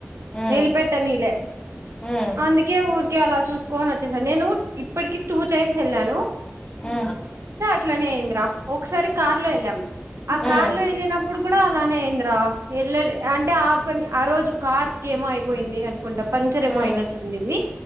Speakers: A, on the left (about 15°); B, on the right (about 80°).
A: ఉమ్
B: నేల్పెట్టనీలే.
A: ఉమ్
B: అందుకే ఊరికే అలా చూసుకోనొచ్చేసా. నేను ఇప్పటికి టూ టైమ్స్ ఎళ్ళాను.
A: ఆ
B: ఇట్లనే అయింది రా. ఒకసారి కార్ లో ఎళ్ళాం. ఆ కార్
A: ఉమ్
B: లో ఎళ్ళినప్పుడు కూడ అలానే అయింది రా. వెళ్ళలె. అంటే ఆప్, ఆ రోజు కార్కెమో అయిపోయింది అనుకుంటం. పంచర్ ఏమో
A: ఉమ్
B: అయినట్టున్నింది.